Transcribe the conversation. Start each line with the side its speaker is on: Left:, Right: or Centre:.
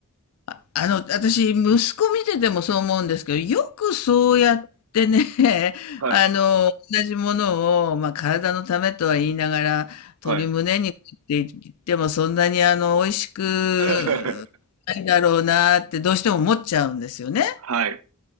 Left: ああの、私、息子見ててもそう思うんですけど、よくそうやってね、<laughs>
Right: はい。
Left: あの、同じものを、まあ、体のためとは言いながら、
Right: はい。
Left: 鶏胸肉って言っても、そんなにあの、美味しくないだろうなって、
Right: <laughs>
Left: どうしても思っちゃうんですよね。
Right: はい。